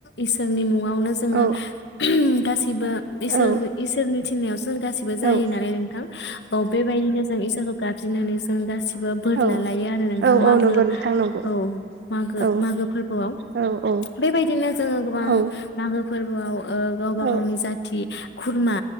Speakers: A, on the left (about 75°); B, on the right (about 70°).
A: इसोरनि मुङाव नो जोङो
B: औ
A: <unintelligible> गासिबो इसोर
B: औ
A: इसोरनि थिननायावसो जों गासिबो जायो
B: औ
A: नालाय नोंथां औ बेबायदिनो जों इसोरखौ गाब ज्रिनानै जों गासै बो बोर
B: औ
A: लालायो आरो नोंथां
B: औ औ
A: मागो
B: नंगौ नोंथां नंगौ
A: औ मागो
B: औ
A: मागो फोरबोआव
B: औ औ
A: बेबायदिनो गोबां
B: औ
A: नांगौ फोरबोआव ओ गावबा
B: औ
A: गावनि जाथि खुरमा